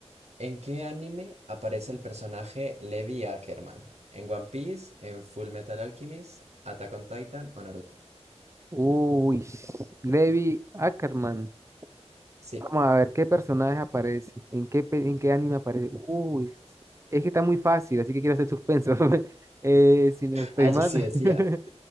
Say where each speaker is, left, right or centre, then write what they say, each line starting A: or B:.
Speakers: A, on the right; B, on the right.
A: ¿en qué anime aparece el personaje Levi Ackerman? ¿En One Piece? ¿En Full Metal Alchemist? ¿Attack on Titan o Naruto?
B: Uy, Levi Ackerman.
A: Sí.
B: Vamos
A: <laughs>
B: a ver qué personaje aparece, en qué, pe- en qué anime aparece. Uy, es que está muy fácil, así que quiero hacer suspenso. <laughs> Eh, si no estoy
A: Ah,
B: mal,
A: yo sí decía.
B: <laughs>